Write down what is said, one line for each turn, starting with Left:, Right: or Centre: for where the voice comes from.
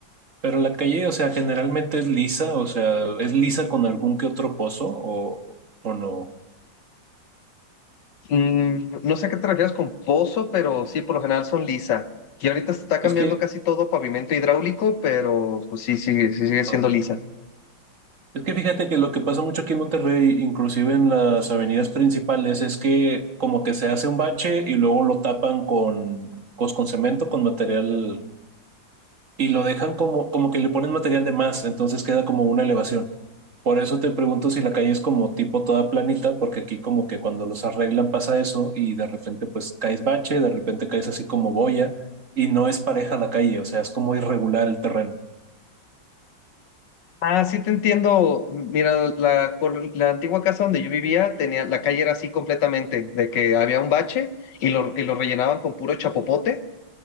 Right: Pero la calle, o sea, generalmente es lisa, o sea, es lisa con algún que otro pozo o, o no.
Left: Mm, no sé a qué te refieres con pozo, pero sí, por lo general son lisa. Y ahorita se está
Right: Es
Left: cambiando
Right: que,
Left: casi todo a pavimento hidráulico, pero pues sí, sí, sí sigue siendo
Right: ah,
Left: lisa.
Right: es que fíjate que lo que pasa mucho aquí en Monterrey, inclusive en las avenidas principales, es que como que se hace un bache y luego lo tapan con, pues, con cemento, con material y lo dejan como, como que le ponen material de más, entonces queda como una elevación. Por eso te pregunto si la calle es como tipo toda planita, porque aquí como que cuando los arreglan pasa eso y de repente pues caes bache, de repente caes así como boya y no es pareja la calle, o sea, es como irregular el terreno.
Left: Ah, sí te entiendo. Mira, la, col- la antigua casa donde yo vivía, tenía, la calle era así completamente, de que había un bache y lo, y lo rellenaban con puro chapopote,